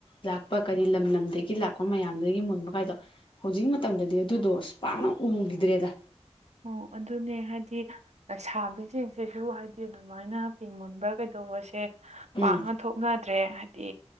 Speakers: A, on the left (about 45°); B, on the right (about 75°).
A: ꯂꯥꯛꯄ ꯀꯔꯤ ꯂꯝ ꯂꯝꯗꯒꯤ ꯂꯥꯛꯄ ꯃꯌꯥꯝꯗꯒꯤ ꯃꯨꯟꯕ ꯀꯥꯏꯗꯣ ꯍꯧꯖꯤꯛ ꯃꯇꯝꯗꯗꯤ ꯑꯗꯨꯗꯣ ꯑꯁ ꯄꯥꯛꯅ ꯎꯈꯤꯗ꯭ꯔꯦꯗ
B: ꯑꯣ ꯑꯗꯨꯅꯦ ꯍꯥꯏꯗꯤ ꯁꯥꯕꯤꯁꯤꯡꯁꯤꯁꯨ ꯍꯥꯏꯗꯤ ꯑꯗꯨꯃꯥꯏꯅ ꯄꯤꯡ ꯃꯨꯟꯕ ꯀꯩꯗꯧꯕꯁꯦ ꯄꯥꯛꯅ
A: ꯎꯝ
B: ꯊꯣꯛꯅꯗ꯭ꯔꯦ ꯍꯥꯏꯗꯤ